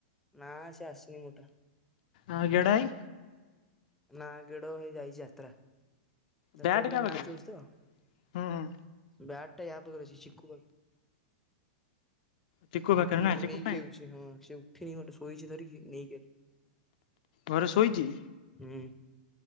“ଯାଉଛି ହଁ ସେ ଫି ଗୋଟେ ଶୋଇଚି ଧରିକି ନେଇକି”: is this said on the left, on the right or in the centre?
Centre